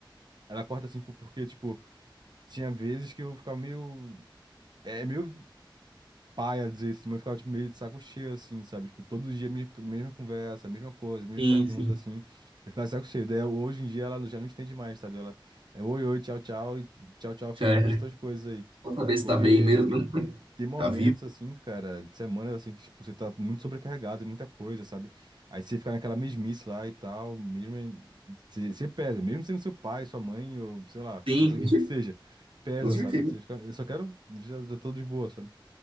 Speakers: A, on the right; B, on the right.
A: Ela corta, assim, por... porque, tipo, tinha vezes que eu ficava meio... É, meio paia desse, tipo, eu ficava tipo, meio de saco cheio, assim, sabe? Tipo, todo dia me- mesma conversa, mesma coisa, mesma
B: Sim,
A: pergunta,
B: sim.
A: assim. Eu ficava de saco cheio. Daí hoje em dia ela já não entende mais, sabe? Ela é oi, oi, tchau, tchau, e tchau, tchau, filhão,
B: Já era.
A: vou fazer todas as coisas aí.
B: Só saber se
A: Porque
B: tá bem mesmo, <laughs>
A: tem momentos,
B: tá vivo.
A: assim, cara, de semanas, assim, que, tipo, você tá muito sobrecarregado, de muita coisa, sabe? Aí você fica naquela mesmice lá e tal, mesmo. em- Você você pesa, mesmo sendo seu pai, sua mãe, ou sei lá, pode
B: Sim,
A: ser
B: com
A: quem
B: cer-
A: que seja, pesa,
B: com certeza.
A: sabe? Você fica, eu só quero, já, já tô de boa, sabe?